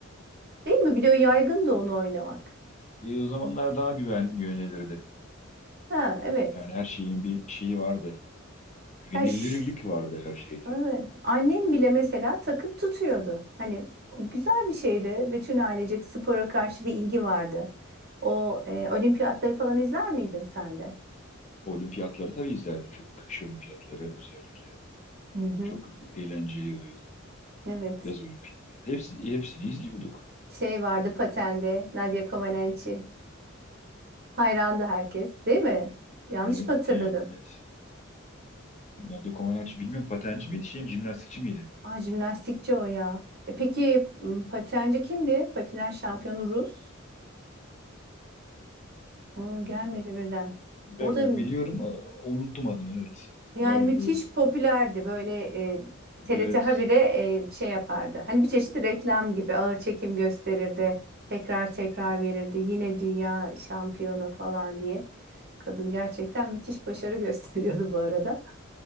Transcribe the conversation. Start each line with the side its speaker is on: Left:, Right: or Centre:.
Right: Değil mi? Bir de o yaygındı onu oynamak.
Left: E, o zamanlar daha güven yönelirdi.
Right: Ha evet.
Left: Yani her şeyin bir şeyi vardı. Güvenilirlik
Right: Ya şu-
Left: vardı her şeyde.
Right: Evet. Annem bile mesela takım tutuyordu. Hani güzel bir şeydi. Bütün ailecek spora karşı bir ilgi vardı. O e, olimpiyatları falan izler miydin sen de?
Left: Olimpiyatları tabii izlerdik. Kış olimpiyatları özellikle.
Right: Hı hı.
Left: Çok eğlenceli oluyordu
Right: Evet.
Left: yaz olimpiyatları. Hepsi, hepsini izliyorduk.
Right: Şey vardı patende. Nadia Comaneci. Hayrandı herkes, değil mi? Yanlış
Left: Evet.
Right: mı hatırladım?
Left: evet. Nerede Komaneci bilmiyorum. Patenci miydi? Şey mi? Jimnastikçi miydi?
Right: Aa, jimnastikçi o ya. E, peki m, patenci kimdi? Patinaj şampiyonu Rus. Aa,
Left: Ee,
Right: gelmedi birden. O
Left: ve o
Right: da Hı.
Left: biliyorum. a- Unuttum adını. Evet.
Right: Yani
Left: Vardı
Right: müthiş
Left: öyle.
Right: popülerdi böyle e, TRT
Left: Evet.
Right: habire e, şey yapardı. Hani bir çeşit reklam gibi ağır çekim gösterirdi. Tekrar tekrar verirdi. Yine dünya şampiyonu falan diye. Kadın gerçekten müthiş başarı <laughs> gösteriyordu bu arada.